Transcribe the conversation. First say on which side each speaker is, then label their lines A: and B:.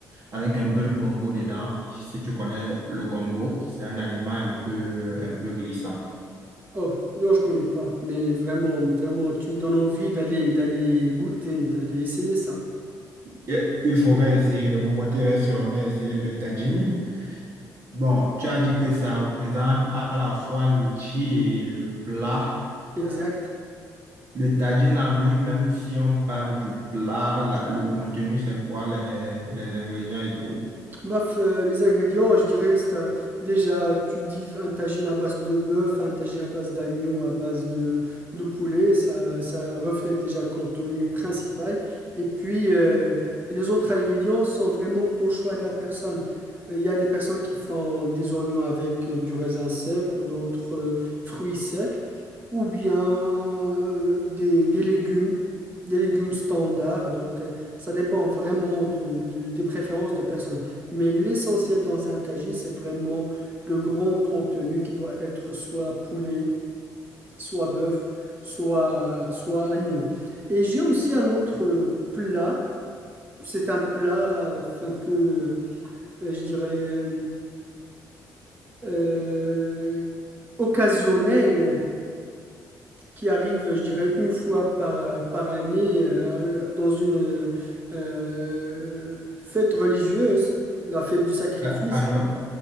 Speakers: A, on the right; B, on the right.
A: Avec un peu de gombo dedans. Si tu connais le gombo, c'est un aliment un peu un peu glissant.
B: Oh, non, je connais pas, mais vraiment, vraiment, tu me donnes envie d'aller, d'aller goûter, d'aller essayer ça.
A: Il il faudrait essayer, de mon côté, je vais sûrement essayer le tagine. Bon, tu as dit que ça représente à la fois l'outil et le plat.
B: Exact.
A: Euh, le tagine en lui-même, si on parle du plat, la- le contenu, c'est quoi, les, les ingrédients et tout.
B: Baf, euh, les ingrédients, je dirais, c'est un- déjà, tu dis un tagine à base de bœuf, un tagine à base d'agneau, à base de, de poulet, ça, ça reflète déjà le contenu principal. Et puis, euh, les autres ingrédients sont vraiment au choix de la personne. Euh, Il y a des personnes qui font des oignons avec euh, du raisin sec ou d'autres euh, fruits secs, ou bien euh, des, des légumes, des légumes standards. Donc, euh, ça dépend vraiment de, de- des préférences de personnes. Mais l'essentiel dans un tagine, c'est vraiment le grand contenu qui doit être soit poulet, soit bœuf, soit, soit agneau. Et j'ai aussi un autre plat. C'est un plat euh, un peu, euh, je dirais, euh, euh, occasionnel qui arrive, je dirais, une fois par, par année euh, dans une euh, fête religieuse, la fête du sacrifice.
A: Euh, À Noël,